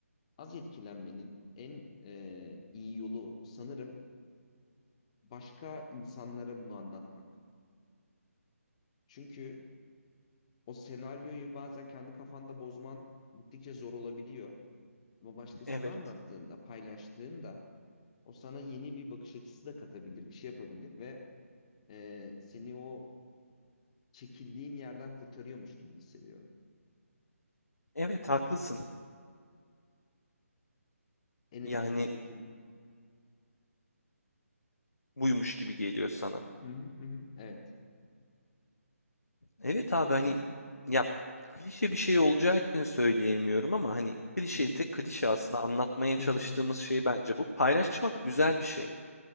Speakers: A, on the left (about 25°); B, on the left (about 75°).
A: az etkilenmenin en e, iyi yolu sanırım başka insanlara bunu anlatmak. Çünkü o senaryoyu bazen kendi kafanda bozman gittikçe zor olabiliyor. Ama başkasına
B: Evet.
A: anlattığında, paylaştığında o sana yeni bir bakış açısı da katabilir, bir şey yapabilir ve e, seni o çekildiğin yerden kurtarıyormuş gibi hissediyorum.
B: Evet haklısın.
A: En etkili
B: Yani
A: çözüm.
B: buymuş gibi geliyor sana.
A: Hı hı hı. hı. Evet.
B: Evet abi
A: O yüzden.
B: hani ya klişe bir şey olacağı için söyleyemiyorum ama hani klişe
A: Hı hı.
B: ise klişe aslında anlatmaya
A: <laughs>
B: çalıştığımız şey bence bu. Paylaşmak güzel bir şey.